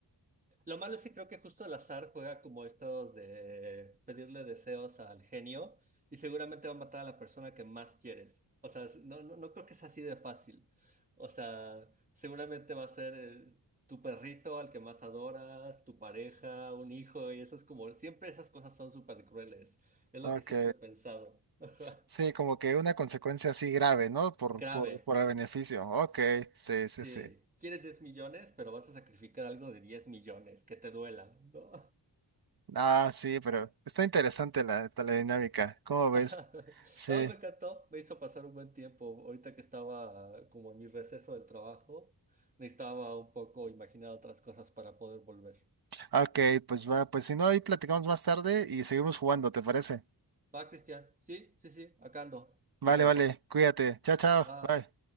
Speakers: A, on the right (about 20°); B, on the right (about 60°).
A: lo malo es que creo que justo el azar juega como estos de pedirle deseos al genio y seguramente va a matar a la persona que más quieres. O sea, no, no, no creo que es así de fácil. O sea, seguramente va a ser eh, tu perrito al que más adoras, tu pareja, un hijo y eso es como, siempre esas cosas son súper crueles. Es
B: Ok.
A: lo que siempre he pensado. <laughs>
B: S- Sí, como que una consecuencia así grave, ¿no? Por,
A: Grave.
B: por, por el beneficio. Ok, sí,
A: Sí,
B: sí, sí.
A: quieres 10 millones, pero vas a sacrificar algo de 10 millones, que te duela. No,
B: Ah, sí, pero está interesante la, la dinámica. ¿Cómo
A: <laughs>
B: ves? Sí.
A: no, me encantó, me hizo pasar un buen tiempo. Ahorita que estaba como en mi receso del trabajo, necesitaba un poco imaginar otras cosas para poder volver.
B: Ok, pues va, pues si no, ahí platicamos más tarde y seguimos jugando, ¿te parece?
A: Va, Cristian, sí, sí, sí, acá ando,
B: Vale,
A: ya sabes.
B: vale, cuídate. Chao, chao.
A: Va.
B: Bye.